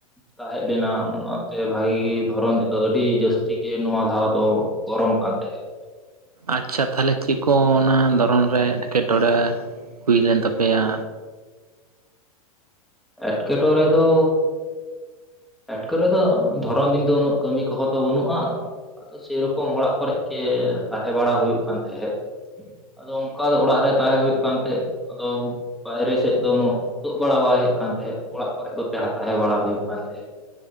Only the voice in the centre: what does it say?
ᱛᱟᱦᱮᱸ ᱞᱮᱱᱟ ᱚᱱᱟ ᱥᱮ ᱵᱷᱟᱜᱤ ᱫᱷᱚᱨᱚᱱ ᱛᱮᱫᱚ ᱟᱹᱰᱤ ᱡᱟᱹᱥᱛᱤ ᱜᱮ ᱱᱚᱣᱟ ᱫᱷᱟᱣ ᱫᱚ ᱜᱚᱨᱚᱢ ᱠᱟᱱ ᱛᱟᱦᱮᱸᱫ
ᱮᱴᱠᱮᱴᱚᱬᱮ ᱫᱚ ᱮᱴᱠᱮ ᱢᱚᱬᱮ ᱫᱚ ᱫᱷᱚᱨᱚᱱ ᱫᱤᱱ ᱫᱚ ᱩᱱᱟᱹᱜ ᱠᱟᱹᱢᱤ ᱠᱚᱦᱚᱸ ᱛᱚ ᱵᱟᱹᱱᱩᱜᱼᱟ ᱟᱫᱚ ᱥᱮᱨᱚᱠᱚᱢ ᱚᱲᱟᱜ ᱠᱚᱨᱮ ᱜᱮ ᱛᱟᱦᱮᱸ ᱵᱟᱲᱟ ᱦᱩᱭᱩᱜ ᱠᱟᱱ ᱛᱟᱦᱮᱸᱫ ᱟᱫᱚ ᱚᱱᱠᱟ ᱫᱚ ᱚᱲᱟᱜ ᱨᱮ ᱛᱟᱦᱮᱸ ᱦᱩᱭᱩᱜ ᱠᱟᱱ ᱛᱟᱦᱮᱸᱫ ᱟᱫᱚ ᱵᱟᱭᱨᱮ ᱥᱮᱫ ᱫᱚ ᱩᱱᱟᱹᱜ ᱛᱳᱫ ᱵᱟᱲᱟ ᱵᱟᱭ ᱦᱩᱭᱩᱜ ᱠᱟᱱ ᱛᱟᱦᱮᱸᱫ ᱚᱲᱟᱜ ᱠᱚᱨᱮ ᱠᱚᱛᱮ ᱛᱟᱦᱮᱸ ᱵᱟᱲᱟ ᱦᱩᱭᱩᱜ ᱠᱟᱱ ᱛᱟᱦᱮᱸᱫ